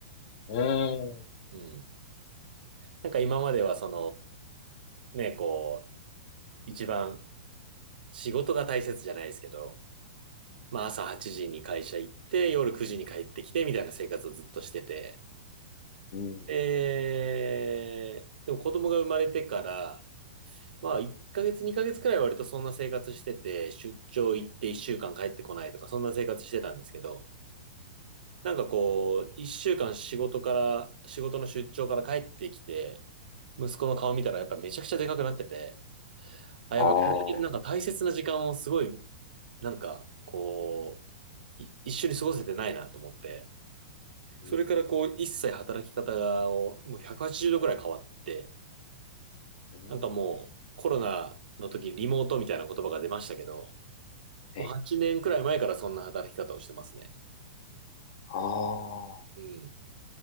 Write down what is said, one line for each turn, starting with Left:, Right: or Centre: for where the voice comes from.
Left: うーん。
Right: うん。なんか今まではその、ね、こう、一番仕事が大切じゃないですけど、まあ朝8時に会社行って、夜9時に帰ってきてみたいな生活をずっとしてて、
Left: うん。
Right: えー、でも子供が生まれてから、まあ、1ヶ月、2ヶ月くらいは割とそんな生活してて、出張行って1週間帰ってこないとか、そんな生活してたんですけど、なんかこう、1週間仕事から、仕事の出張から帰ってきて、息子の顔見たらやっぱめちゃくちゃでかくなってて、あ、
Left: ああ
Right: やっぱこれなんか大切な時間をすごい、なんかこう、い一緒に過ごせてないなと思って、それからこう、
Left: うん
Right: 一切働き方がをもう180度くはちじゅうどくらい変わって、
Left: うん
Right: なんかもうコロナの時リモートみたいな言葉が出ましたけど、もう8年くらい前からそんな働き方をしてますね。
Left: え、ああ、
Right: うん。